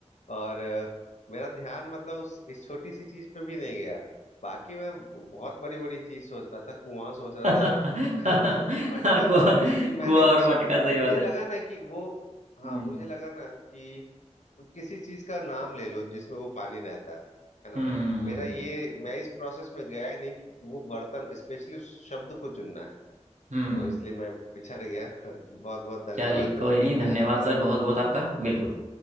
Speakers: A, on the left (about 75°); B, on the right (about 75°).
A: और अ, मेरा ध्यान मतलब उस इस छोटी सी चीज पे भी नहीं गया बाकी मैं बहुत बड़ी बड़ी चीज सोच रहा था कुआं सोच रहा
B: <laughs>
A: था <laughs> मटका
B: कुआ
A: लेकिन मैंने
B: कुआ और
A: उस
B: मटका सही बात
A: मुझे
B: है
A: लगा ना कि वो
B: हम्म
A: हाँ मुझे लगा ना कि किसी चीज का नाम ले लो जिसमें वो पानी रहता है है ना
B: हम्म हम्म
A: मेरा
B: हम्म,
A: ये मैं इस प्रोसेस में गया ही नहीं कि वो बर्तन स्पेशली उस शब्द को चुनना है
B: हम्म।
A: तो इसलिए मैं पिछड़ गया <laughs> बहुत बहुत धन्यवाद
B: चलिए कोई
A: आपने
B: नहीं
A: इतने
B: धन्यवाद
A: शानदार
B: सर बहुत बहुत आपका बिल्कुल
A: हाँ जी